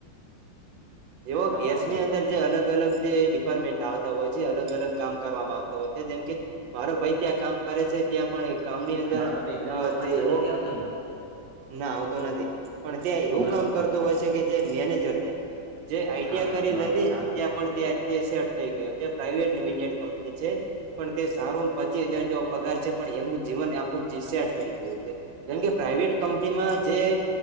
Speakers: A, on the right; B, on the right.
A: એવ
B: હા
A: ગેસની
B: બરોબર
A: અંદર જે અલગ અલગ જે ડિપાર્ટમેન્ટ આવતા હોય છે અલગ અલગ કામ કરવામાં આવતા હોય છે જેમ કે મારો ભાઈ ત્યાં કામ કરે છે ત્યાં પણ કામ અરવ
B: મારો બેકગ્રાઉન્ડ નો અવાજ તો નથી આવતો ને
A: ના આવતો નથી પણ ત એવું
B: બરોબર
A: કામ કરતો હોય છે કે જે મેનેજર તરીકે જે આઈડિયા
B: હા હા
A: કરી
B: વાત
A: લીધી
B: સારું
A: ત્યાં પણ ત થઈ ગયો પ્રાઈવેટ લિમિટેડ કંપની છે પણ તે સારો પચીસ હજાર જેવો પગાર છે પણ એમનુ ન આખું જી થઈ ગયું જેમકે પ્રાઈવેટ કંપનીમાં જે